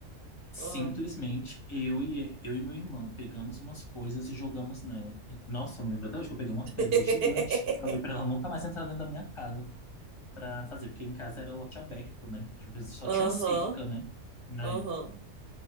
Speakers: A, on the left; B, on the right.
A: Simplesmente
B: aham.
A: eu e eu e meu irmão pegamos umas coisas e jogamos nela. Nossa, eu me lembro até hoje que eu peguei uma pedra
B: <laughs>
A: gigante e falei para ela nunca mais entrar dentro da minha casa para fazer, porque em casa era lote aberto, né? Tipo, só
B: Aham,
A: tinha cerca, né? Na
B: aham.
A: época.